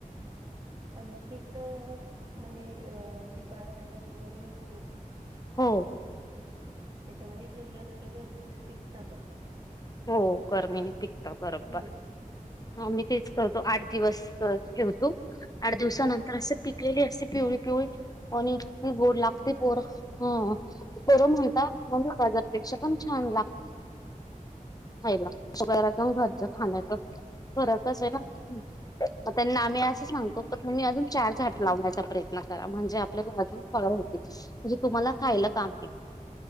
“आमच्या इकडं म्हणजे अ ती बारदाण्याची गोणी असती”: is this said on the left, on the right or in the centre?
Right